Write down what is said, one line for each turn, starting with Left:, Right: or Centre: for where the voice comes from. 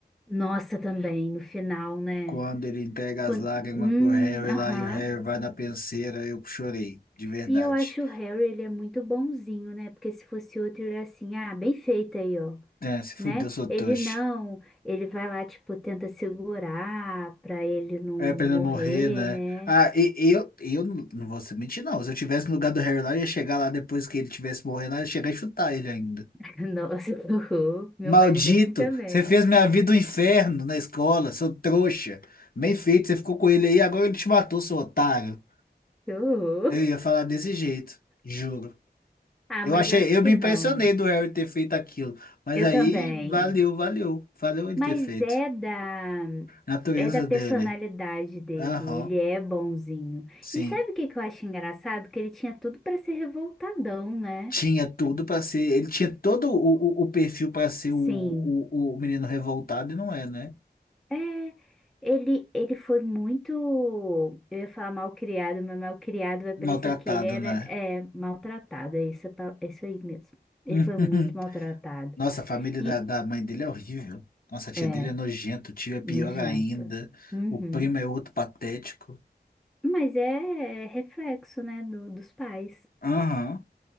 Centre: Nossa, também, no final, né?
Left: Quando ele entrega
Centre: Quando...
Left: as lágrimas
Centre: Hum,
Left: pro Harry
Centre: aham.
Left: lá e o Harry vai na penseira, eu chorei, de verdade.
Centre: E eu acho o Harry, ele é muito bonzinho, né? Porque se fosse outro, ele era assim, ah, bem feito aí, ó,
Left: É, se fudeu,
Centre: né?
Left: sou trouxa.
Centre: Ele não, ele vai lá, tipo, tenta segurar pra ele não morrer,
Left: É pra ele não morrer, né?
Centre: né?
Left: Ah, e, e eu, e eu não não vou mentir, não. Se eu tivesse no lugar do Harry lá, eu ia chegar lá depois que ele tivesse morrendo, lá, eu ia chegar e chutar ele ainda
Centre: <laughs> Nossa, que horror. Meu
Left: Maldito,
Centre: marido é assim também.
Left: você fez minha vida um inferno na escola, seu trouxa. Bem feito, você ficou com ele aí, agora ele te matou, seu otário.
Centre: Que horror.
Left: Eu ia falar desse jeito, juro.
Centre: Ah,
Left: Eu
Centre: mas
Left: achei,
Centre: eu acho
Left: eu
Centre: que
Left: me impressionei
Centre: não.
Left: do Harry ter feito aquilo, mas
Centre: Eu
Left: aí
Centre: também.
Left: valeu, valeu, valeu ele
Centre: Mas
Left: ter feito.
Centre: é da
Left: Natureza
Centre: é da personalidade
Left: dele.
Centre: dele,
Left: Aham,
Centre: ele é bonzinho.
Left: sim.
Centre: E sabe o que que eu acho engraçado? Que ele tinha tudo para ser revoltadão, né?
Left: Tinha tudo pra ser, ele tinha todo o, o, o perfil pra ser
Centre: Sim.
Left: o, o, o menino revoltado e não é, né?
Centre: É, ele ele foi muito, eu ia falar mal criado, mas mal criado vai parecer
Left: Maltratado,
Centre: que ele era
Left: né?
Centre: é maltratado, é isso, a pa- é isso aí mesmo. Ele
Left: <laughs>
Centre: foi muito maltratado.
Left: Nossa, a família
Centre: E
Left: da, da mãe dele é horrível. Nossa, a tia
Centre: é
Left: dele é nojenta, o tio é pior
Centre: nojenta.
Left: ainda.
Centre: Uhum.
Left: O primo é outro patético.
Centre: Mas é, é reflexo, né, do- dos pais.
Left: Aham.